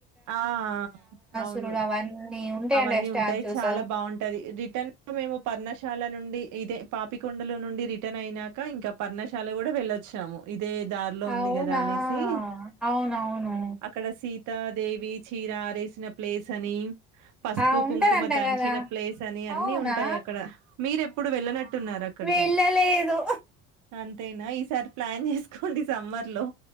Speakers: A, on the right; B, in the centre.
A: ఆ అవును
B: ఇప్పుడు అవన్నీ ఉంటాయంట
A: అవన్నీ
B: స్టాచ్యూస్
A: ఉంటాయి చాలా బాగుంటది రిటర్న్ లో మేము పర్ణశాల నుండి ఇదే పాపికొండలో నుండి రిటర్న్ అయినాక ఇంకా పర్ణశాల కూడా వెళ్ళొచ్చాము. అదే దారిలో ఉంది
B: అవునా
A: కదా అనేసి
B: అవునవును
A: అక్కడ సీ త్త దేవి చీర ఆరేసిన ప్లేస్ అని, పసుపు
B: ఆ ఉంటదంట
A: కుంకుమ దంచిన
B: కదా
A: ప్లేసని అన్ని
B: అవునా
A: ఉంటాయ్ అక్కడ మీరే ఎప్పుడు వెళ్ళనట్టున్నారు. అక్కడికి
B: వెళ్ళ లేదు.
A: అంతేనా ఈసారి ప్లాన్ చేసుకోండి సమ్మర్. లో